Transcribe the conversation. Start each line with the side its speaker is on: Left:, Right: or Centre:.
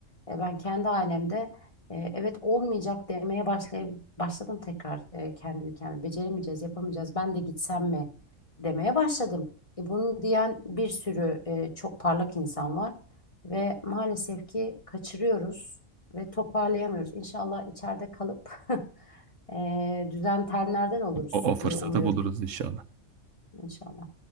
Left: e, ben kendi alemde e, evet olmayacak demeye başlay başladım tekrar e, kendi ülkemde. Beceremeyeceğiz, yapamayacağız. Ben de gitsem mi demeye başladım. E, bunu diyen bir sürü e, çok parlak insan var ve maalesef ki kaçırıyoruz ve toparlayamıyoruz. İnşallah içeride kalıp <laughs> e, düzen tenlerden oluruz
Right: O, o fırsatı
Left: diye umuyorum.
Right: buluruz inşallah.
Left: İnşallah.